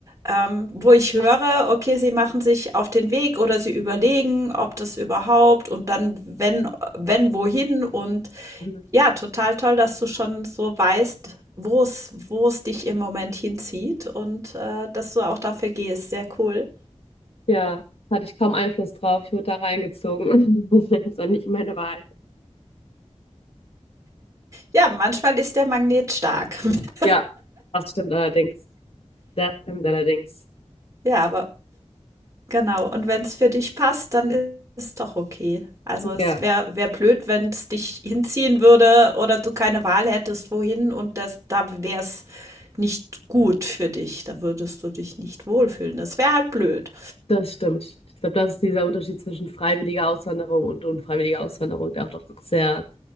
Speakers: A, on the right (about 25°); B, on the left (about 55°).
A: ähm, wo ich höre, okay, sie machen sich auf den Weg oder sie überlegen, ob das überhaupt und dann wenn, wenn wohin und
B: Mhm.
A: ja, total toll, dass du schon so weißt, wo es, wo es dich im Moment hinzieht und äh, dass du auch dafür gehst. Sehr cool.
B: Ja, hatte ich kaum Einfluss drauf. Ich wurde da reingezogen. <laughs> Das war nicht meine Wahl.
A: Ja, manchmal ist der Magnet stark. <laughs>
B: Ja, das stimmt allerdings. Das stimmt allerdings.
A: Ja, aber Genau, und wenn es für dich passt, dann ist doch okay. Also, es
B: Ja,
A: wäre wäre blöd, wenn es dich hinziehen würde oder du keine Wahl hättest, wohin und das da wäre es nicht gut für dich. Da würdest du dich nicht wohlfühlen. Das wäre halt blöd.
B: das stimmt. Ich glaube, das ist dieser Unterschied zwischen freiwilliger Auswanderung und unfreiwilliger Auswanderung, der auch doch sehr,